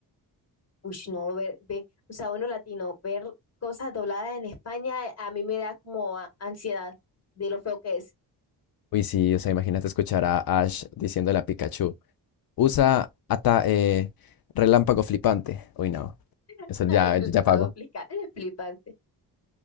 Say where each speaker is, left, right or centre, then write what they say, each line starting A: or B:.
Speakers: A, on the left; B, on the left.
A: Uy, no, ver, ve, o sea, uno latino, ver cosas dobladas en España a mí me da como a- ansiedad de lo feo que es.
B: Uy, sí, o sea, imagínate escuchar a Ash diciéndole a Pikachu, usa ata eh, relámpago flipante. Uy, no,
A: <laughs>
B: eso ya,
A: Relámpago
B: ya pago,
A: flica- flipante.